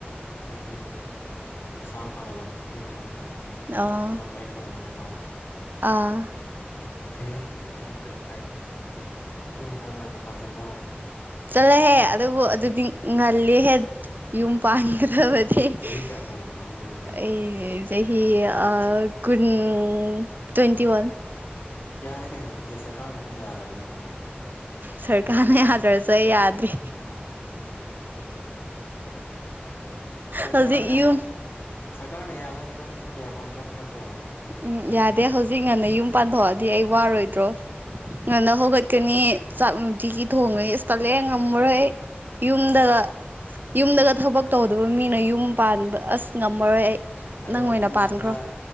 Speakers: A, on the left; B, on the right.
A: ꯍꯥꯏꯗꯤ ꯃꯁꯥ ꯐꯒꯠꯂꯛꯄꯩꯅꯦꯕ ꯃꯣꯏ
B: ꯑꯣ
A: ꯑꯅꯝꯕ ꯑꯩꯅ ꯎꯕꯁꯦꯀꯣ
B: ꯑꯥ
A: ꯐꯩꯌꯦ ꯑꯗꯨꯝ ꯀꯩꯁꯨ ꯀꯥꯏꯗꯦ ꯌꯨꯝ ꯈꯔ ꯉꯟꯅ ꯄꯥꯟꯁꯤꯜꯂꯣ
B: ꯆꯠꯂꯣꯍꯦ ꯑꯗꯨꯕꯨ ꯑꯗꯨꯗꯤ ꯉꯜꯂꯤꯍꯦ ꯌꯨꯝ ꯄꯥꯟꯒꯗꯕ ꯑꯩꯗꯤ
A: ꯆꯍꯤ ꯀꯌꯥ ꯁꯨꯔꯕꯅꯣ ꯏꯕꯦꯝꯃꯗꯤ
B: ꯆꯍꯤ ꯑꯥ ꯀꯨꯟ ꯇ꯭ꯋꯦꯟꯇꯤ ꯋꯥꯟ
A: ꯌꯥꯔꯦ ꯀꯩꯅꯣ ꯑꯗꯨꯗꯤ ꯁꯔꯀꯥꯔꯅ ꯑꯗꯨꯝ ꯌꯥꯔꯕꯅꯦ ꯀꯩꯅꯣ
B: ꯁꯔꯀꯥꯔꯅ
A: ꯃꯣꯢꯁꯤ ꯌꯥꯔꯦ
B: ꯌꯥꯗ꯭ꯔꯁꯨ ꯑꯩ ꯌꯥꯗ꯭ꯔꯤ
A: ꯁꯔꯀꯥꯔꯅ
B: ꯍꯧꯖꯤꯛ ꯌꯨꯝ
A: ꯁꯔꯀꯥꯔꯅ ꯌꯥꯕ ꯍꯥꯏꯁꯦ ꯅꯪꯁꯨ ꯑꯗꯨꯝ ꯌꯥꯐꯝ ꯊꯣꯛꯄ ꯅꯠꯇ꯭ꯔꯣ
B: ꯎꯝ ꯌꯥꯗꯦ ꯍꯧꯖꯤꯛ ꯉꯟꯅ ꯌꯨꯝ ꯄꯥꯟꯊꯣꯛꯑꯗꯤ ꯑꯩ ꯋꯥꯔꯣꯏꯗ꯭ꯔꯣ ꯉꯟꯅ ꯍꯧꯒꯠꯀꯅꯤ ꯆꯥꯛ ꯅꯨꯡꯇꯤꯒꯤ ꯊꯣꯡꯉꯅꯤ ꯑꯁ ꯇꯜꯂꯦ ꯉꯝꯃꯔꯣꯏ ꯌꯨꯝꯗꯒ
A: ꯑꯁ
B: ꯌꯨꯝꯗꯒ ꯊꯕꯛ ꯇꯧꯗꯕ ꯃꯤꯅ ꯌꯨꯝ ꯄꯥꯟꯕ ꯑꯁ ꯉꯝꯃꯔꯣꯏ ꯑꯩ
A: ꯑꯗꯣ
B: ꯑꯣꯏꯅ
A: ꯅꯪ
B: ꯄꯥꯟꯈ꯭ꯔꯣ
A: ꯉꯟꯅ